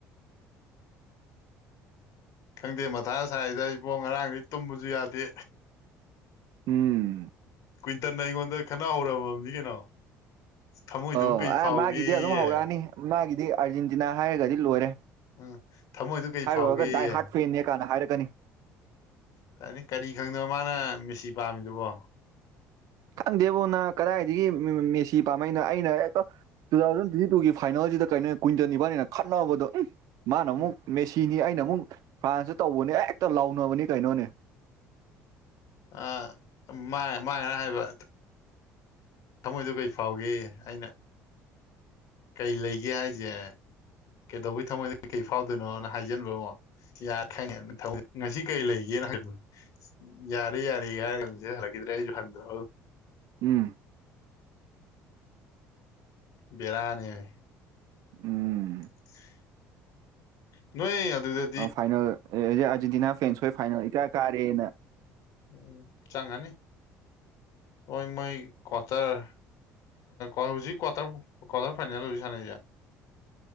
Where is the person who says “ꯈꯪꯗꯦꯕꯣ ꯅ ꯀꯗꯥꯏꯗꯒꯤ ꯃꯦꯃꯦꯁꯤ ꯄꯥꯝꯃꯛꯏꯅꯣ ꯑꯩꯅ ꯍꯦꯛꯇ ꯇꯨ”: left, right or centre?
Right